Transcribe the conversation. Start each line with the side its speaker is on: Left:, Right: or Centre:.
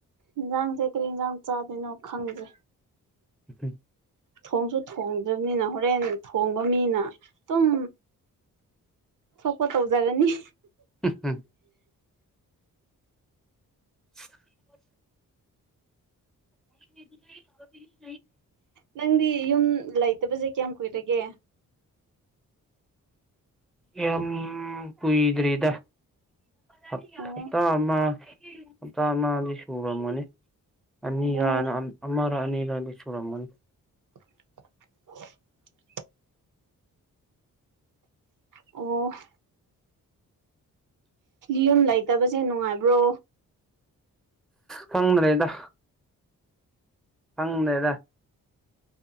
Right: ꯏꯟꯁꯥꯡꯁꯦ ꯀꯔꯤ ꯏꯟꯁꯥꯡ ꯆꯥꯗꯣꯏꯅꯣ ꯈꯪꯗꯦ
Centre: ꯑꯩꯣꯏ <unintelligible> <inaudible>
Right: ꯊꯣꯡꯁꯨ ꯊꯣꯡꯗ꯭ꯔꯕꯅꯤꯅ ꯍꯣꯔꯦꯟ ꯊꯣꯡꯕ ꯃꯤꯅ ꯑꯗꯨꯨꯝ ꯊꯣꯛꯄ ꯇꯧꯖꯔꯅꯤ
Centre: ꯝ <unintelligible> <inaudible> <unintelligible> <inaudible> ꯑꯩꯗꯤ ꯐ <unintelligible> <inaudible>
Right: ꯅꯪꯗꯤ ꯌꯨꯝ ꯂꯩꯇꯕꯁꯦ ꯀꯌꯥꯝ ꯀꯨꯏꯔꯒꯦ
Centre: ꯌꯥꯝ ꯀꯏꯗ꯭ꯔꯦꯔꯤꯗ ꯍꯞꯇꯥ
Right: ꯑꯣ
Centre: ꯑꯃ ꯍꯞꯇꯥ ꯑꯃꯗꯤ ꯁꯨꯔꯝꯃꯅꯤ ꯑꯅꯤꯔꯅ
Right: ꯑꯣ
Centre: ꯑꯃꯔ ꯑꯅꯤꯔ ꯕꯤꯁꯣꯔꯃꯟ
Right: ꯑꯣ <unintelligible> <inaudible> ꯑꯣ <inaudible> ꯌꯨꯝ ꯂꯩꯇꯕꯁꯦ ꯅꯨꯡꯉꯥꯏꯕ꯭ꯔꯣ
Centre: ꯈꯪ ꯃ꯭ꯔꯦꯗ ꯐꯪꯅꯦꯔ